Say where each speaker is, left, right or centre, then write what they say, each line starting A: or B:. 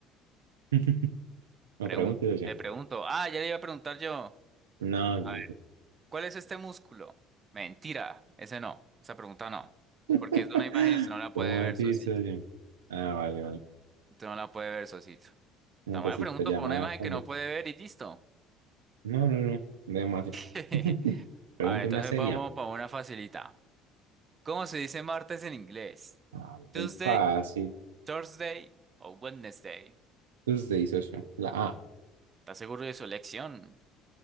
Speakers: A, on the right (about 80°); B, on the right (about 35°).
A: <laughs> No
B: pregun-
A: pregunte, socio.
B: le pregunto. Ah, ya le iba a preguntar yo.
A: No,
B: A
A: socio.
B: ver, ¿cuál es este músculo? Mentira, ese no. Esa pregunta no.
A: <laughs>
B: Porque es de una imagen y usted no la
A: ¿Cómo
B: puede
A: así,
B: ver, socio.
A: socio? Ah, vale, vale.
B: Tú no la puede ver, Sosito.
A: No,
B: Tan
A: pues
B: buena
A: sí,
B: pregunta
A: pues llamada
B: por una imagen
A: como.
B: que no puede ver y listo.
A: No, no, no. Demasiado.
B: <laughs>
A: <laughs> Pregunta
B: A ver, entonces
A: una seria.
B: vamos para una facilita. ¿Cómo se dice martes en inglés?
A: Ah,
B: Tuesday,
A: muy fácil.
B: Thursday o Wednesday.
A: Entonces usted dice, socio. La A,
B: ¿Está seguro de su elección?